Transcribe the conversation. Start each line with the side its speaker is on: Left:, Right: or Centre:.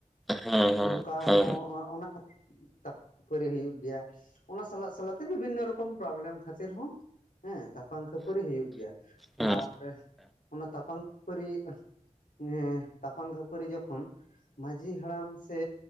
Centre: ᱦᱮᱸ ᱦᱮᱸ
Left: ᱱᱚᱝᱠᱟ ᱦᱚᱸ ᱚᱱᱟ ᱚᱱᱟ ᱞᱷᱟᱹ ᱛᱟᱯᱟᱢ ᱠᱷᱟᱹᱯᱟᱹᱨᱤ ᱦᱩᱭᱩᱜ ᱜᱮᱭᱟ᱾ ᱚᱱᱟ ᱥᱟᱞᱟᱜ ᱥᱟᱞᱟᱜ ᱛᱮ ᱵᱤᱵᱷᱤᱱᱱᱚ ᱨᱚᱠᱚᱢ ᱯᱨᱚᱵᱞᱮᱢ ᱠᱷᱟᱹᱛᱤᱨ ᱦᱚᱸ ᱦᱮᱸ ᱛᱟᱨ ᱛᱟᱯᱟᱝ ᱠᱷᱟᱹᱯᱟᱹᱨᱤ ᱦᱩᱭᱩᱜ ᱜᱮᱭᱟ
Centre: ᱦᱮᱸ
Left: ᱟᱨ ᱚᱱᱟ ᱛᱟᱯᱟᱝ ᱠᱷᱟᱹᱯᱟᱹᱨᱤ ᱡᱮ ᱛᱟᱯᱟᱝ ᱠᱷᱟᱹᱯᱟᱹᱨᱤ ᱡᱚᱠᱷᱚᱱ ᱢᱟᱺᱡᱷᱤ ᱦᱟᱲᱟᱢ ᱥᱮ